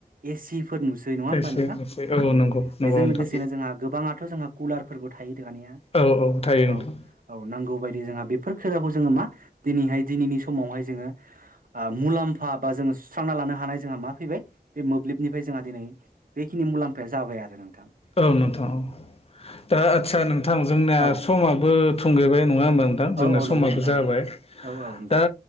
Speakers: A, on the right; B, on the left.
A: एसि फोर नुसै नङा
B: एसे
A: हबा नोंथां
B: एसे
A: औ
B: नंगौ नंगौ
A: बेजों
B: नोंथां
A: लोगोसेनो जोंहा गोबाङाथ' जोंहा कुलारफोरबो थायो। दानिया
B: औ थायो नोंथां
A: औ औ नांगौ बाय दि जोंहा बेफोर खायदाखौ जोङो मा दिनैहाय दिनैनि समावहाय जोङो ओ मुलाम्फा बा जो सुस्रांना लानो हानाय जोंहा मा फैबाय बे मोब्लिबनिफ्राय जोंहा दिनै बेखिनि मुलाम्फाया जाबाय आरो नों
B: औ नोंथां औ दा आदसा नोंथां जोंनिना
A: औ
B: समाबो थुंगेबाय न ङा होनबा नोंथां
A: औ
B: जोंना
A: औ
B: समाबो
A: नंगौ नोंथां
B: जाबाय
A: औ औ औ नोंथां
B: दा